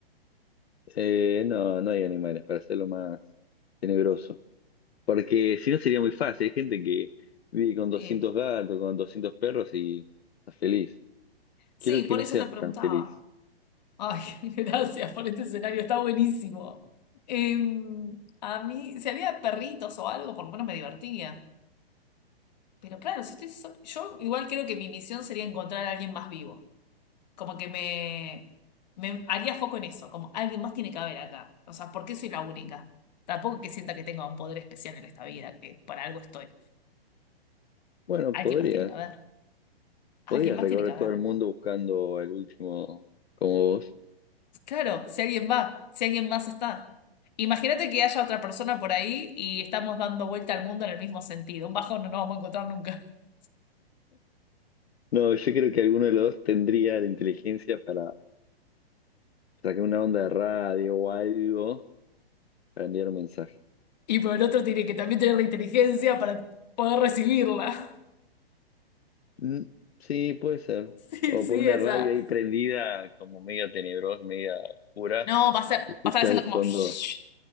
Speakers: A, on the left (about 80°); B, on the left (about 45°).
A: Eh, no, no hay animales para hacerlo más tenebroso. Porque si no sería muy fácil. Hay gente que vive con 200
B: Eh,
A: gatos, con 200 perros y está feliz.
B: sí,
A: Quiero
B: por
A: que no
B: eso
A: seas
B: te preguntaba.
A: tan feliz.
B: Ay, <laughs> gracias por este escenario, está buenísimo. Eh, a mí, si había perritos o algo, por lo menos me divertía. Pero claro, si estoy sola, yo igual creo que mi misión sería encontrar a alguien más vivo. Como que me, me haría foco en eso, como alguien más tiene que haber acá. O sea, ¿por qué soy la única? Tampoco que sienta que tenga un poder especial en esta vida, que para algo estoy.
A: Bueno,
B: Alguien
A: podrías.
B: más tiene que haber. Alguien
A: Podrías
B: más
A: recorrer
B: tiene que haber.
A: todo el mundo buscando el último como vos.
B: Claro, si alguien va, si alguien más está. Imagínate que haya otra persona por ahí y estamos dando vuelta al mundo en el mismo sentido. Un bajón no nos vamos a encontrar nunca. <laughs>
A: No, yo creo que alguno de los dos tendría la inteligencia para sacar una onda de radio o algo para enviar un mensaje.
B: Y por el otro tiene que también tener la inteligencia para poder recibirla. <laughs>
A: Mm, sí, puede ser.
B: Sí,
A: O
B: sí,
A: poner una
B: esa.
A: radio ahí prendida, como media tenebrosa, media oscura,
B: No, va a ser, va
A: y escuchar
B: a estar haciendo
A: de fondo
B: como shhh,